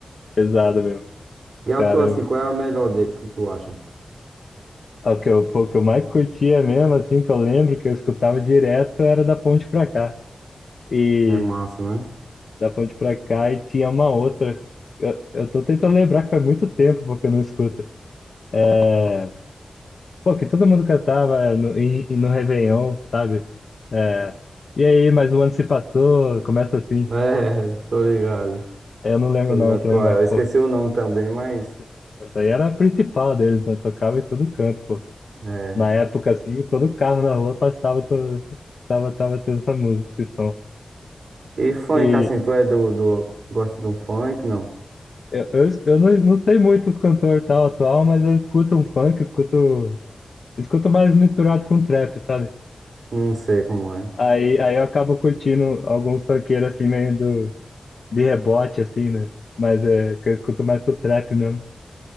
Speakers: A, on the left; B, on the right.
A: Pesado mesmo.
B: E a
A: Caramba.
B: tua assim, qual é a melhor deles que tu acha?
A: É O que eu, pô, o que eu mais curtia mesmo, assim, que eu lembro que eu escutava direto era da ponte pra cá. E
B: É massa, né?
A: da ponte pra cá e tinha uma outra. Eu, eu tô tentando lembrar que faz muito tempo porque eu não escuto. É, pô, que todo mundo cantava no, em, em- no Réveillon, sabe? É, e aí, mas o ano se passou, começa assim.
B: <laughs> É, tô ligado.
A: Eu não lembro
B: Tô
A: o nome
B: ligado
A: também,
B: qual
A: mas,
B: é. Eu esqueci
A: pô,
B: o nome também, mas.
A: essa, essa aí era a principal deles, né? Tocava em todo canto, pô.
B: É...
A: Na época, assim, todo carro na rua passava, to- tava, tava tendo essa música, esse som.
B: E funk,
A: E
B: assim, tu é do, do. Gosta de um funk? Não.
A: eu, eu, eu não, não sei muito do cantor tal atual, mas eu escuto um funk, escuto, escuto mais misturado com trap, sabe?
B: Não sei como é.
A: Aí, aí eu acabo curtindo alguns funkeiros, assim, meio do, de rebote, assim, né? Mas é que eu escuto mais pro trap mesmo.